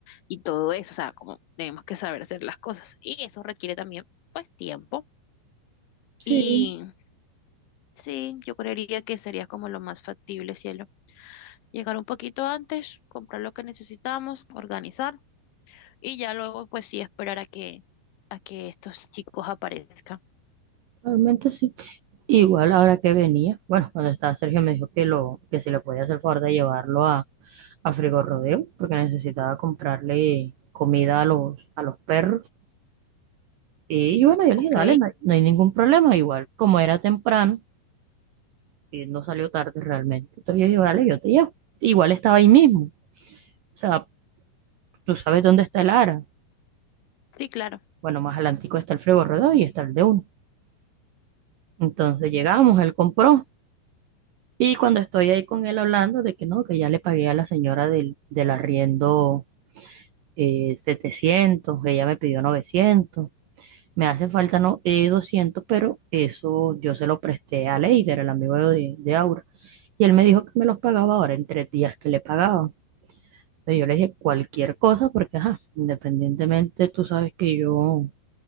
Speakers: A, on the left (about 75°); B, on the right (about 80°).
A: y todo eso, o sea, como tenemos que saber hacer las cosas. Y eso requiere también, pues, tiempo.
B: Sí,
A: Y sí, yo creería que sería como lo más factible, cielo. Llegar un poquito antes, comprar lo que necesitamos, organizar y ya luego, pues sí, esperar a que, a que estos chicos aparezcan.
B: realmente sí. Igual ahora que venía, bueno, cuando estaba Sergio me dijo que lo, que si le podía hacer favor de llevarlo a, a Frigorodeo, porque necesitaba comprarle comida a los, a los perros. Y, bueno, yo
A: ¿Ok?
B: le dije, dale, no hay, no hay ningún problema. Igual, como era temprano, eh, no salió tarde realmente. Entonces yo dije, vale, yo te llevo. Igual estaba ahí mismo. O sea, tú sabes dónde está el Ara.
A: Sí, claro,
B: Bueno, más adelantico está el Frego Rodó y está el de uno. Entonces llegamos, él compró. Y cuando estoy ahí con él hablando de que no, que ya le pagué a la señora del, del arriendo eh, 700, ella me pidió novecientos Me hace falta no, eh, 200, pero eso yo se lo presté a Leider, el amigo de, de Aura. Y él me dijo que me los pagaba ahora en tres días que le pagaba. Entonces, yo le dije cualquier cosa porque, ajá, independientemente, tú sabes que yo,